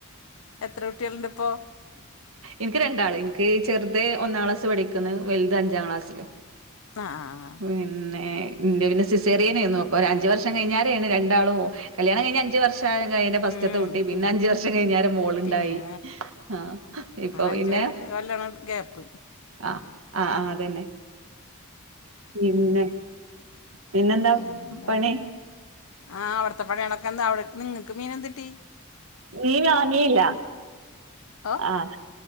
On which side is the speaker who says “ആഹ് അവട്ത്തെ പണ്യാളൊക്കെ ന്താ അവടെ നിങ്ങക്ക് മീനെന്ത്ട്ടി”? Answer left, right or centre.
Left